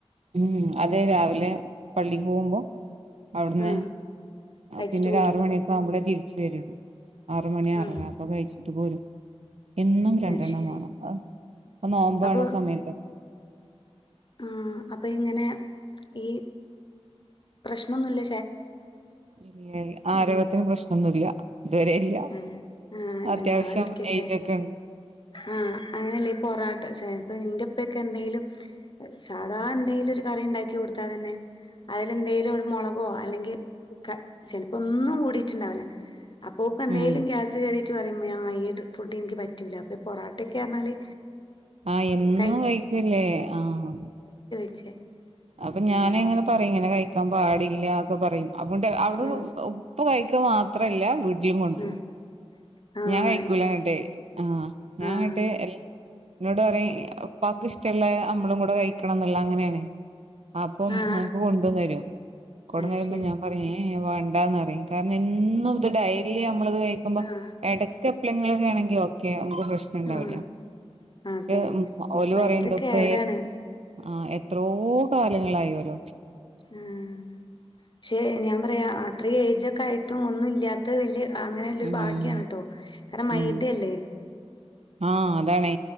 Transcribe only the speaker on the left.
ആ കഴിച്ചിട്ട്
പോരും
ആ
അത് ശരി
അപ്പോൾ
ആ അപ്പൊ ഇങ്ങനെ ഈ പ്രശ്നൊന്നുമില്ല
ആ ആ അല്ല
ഉണ്ടാവാതിരിക്കട്ടെ
ആഹ് അങ്ങനെയല്ലേ ഈ പൊറാട്ട ന്റുപ്പൊക്കെ എന്തെലും സാധാ എന്തെങ്കിലും ഒരു കറി ഉണ്ടാക്കി കൊടുത്താ തന്നെ അതിലെന്തെലും മുളകോ അല്ലെങ്കിൽ ചിലപ്പോ ഒന്നും കൂടിട്ടുണ്ടാവില്ല. അപ്പോക്കെന്തേങ്കലും
ഗ്യാസ് കേറി റ്റ് പറയുമ്പോ ആ ഈ ഫുഡ്നിക്ക് പറ്റൂല. ഇപ്പൊ പൊറാട്ടൊക്കെ പറഞ്ഞാല്
കൈ
<unintelligible>
ആഹ്
ഉം
ആഹ് ആഹ്
അത് ശരി
ആഹ്
ആഹ്
അത് ശരി
ആഹ്
ആഹ്
അതെ
ഭയങ്കര
കേടാണ്
ഉം ക്ഷെ ഞാൻ പറയാ അത്ര ഏയജൊക്കെ ആയിട്ടും ഒന്നു ഇല്ല്യാത്തത് വല്യ അ അങ്ങനെല്ലൊരു ഭാഗ്യാണ്
ട്ടോ. കാരണം മൈദല്ലേ.